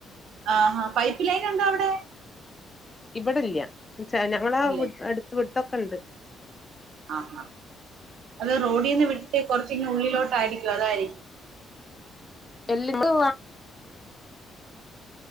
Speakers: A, on the right (about 80°); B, on the left (about 15°).
A: ആഹാ പൈപ്പ് ലൈൻ ഉണ്ടോ അവിടെ
B: ഇവിടെല്ല ന്നച്ചാ ഞങ്ങളാ
A: ഇല്ല
B: അടുത്ത് വിട്ടൊക്കെണ്ട്
A: ആഹ് ഹാ അത് റോഡീന്ന് വിട്ട് കൊർച്ചിങ്ങ് ഉള്ളിലോട്ടായിരിക്കും അതായിരിക്കും
B: എല്ലതു